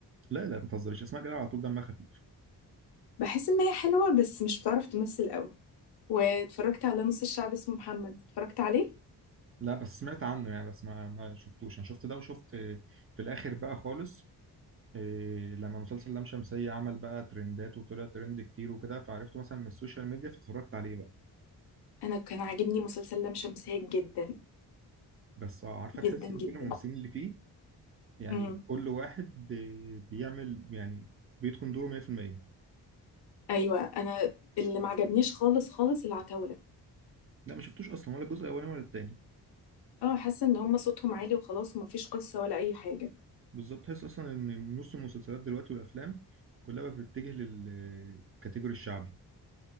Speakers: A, on the right; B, on the left.
A: لا لا ما تهزريش اسمع كده على طول دمها خفيف
B: بحس ان هي حلوة بس مش بتعرف تمثل قوي واتفرجت على نص الشعب اسمه محمد اتفرجت عليه
A: لا بس سمعت عنه يعني بس ما ما شفتوش انا شفت ده وشفت آه، في الاخر بقى خالص إيه لما مسلسل لام شمسية عمل بقى ترندات وطلع ترند كتير وكده فعرفته مثلا من السوشيال ميديا فاتفرجت عليه بقى
B: انا كان عاجبني مسلسل لام شمسية جدا
A: بس آه، عارفة تحس
B: جدا
A: ان
B: جدا
A: كل الممثلين اللي فيه يعني
B: امم
A: كل واحد آه، بيعمل يعني بيتقن دوره 100%
B: ايوه انا اللي ما عجبنيش خالص خالص العتاولة
A: لا ما شفتوش اصلا ولا الجزء الاولاني ولا التاني
B: اه حاسه ان هم صوتهم عالي وخلاص ومفيش قصه ولا اي حاجه
A: بالظبط تحس اصلا ان نص المسلسلات دلوقتي والافلام كلها بقت بتتجه للكاتيجوري الشعبي